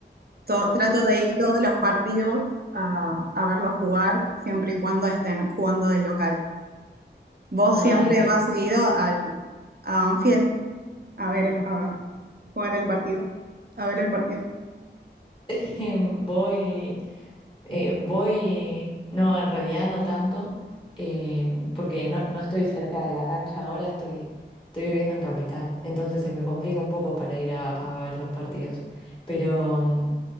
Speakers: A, on the right; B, on the left.
A: To- trato de ir todos los partidos a, a verlos jugar, siempre y cuando estén jugando del local. ¿Vos
B: Ah,
A: siempre vas seguido al, a Banfield a ver, a jugar el partido? A ver el partido.
B: <laughs> Em, Voy, eh, voy, no, en realidad no tanto, em, porque no, no estoy cerca de la cancha ahora, estoy, estoy viviendo en Capital, entonces se me complica un poco para ir a, a ver los partidos. Pero mm,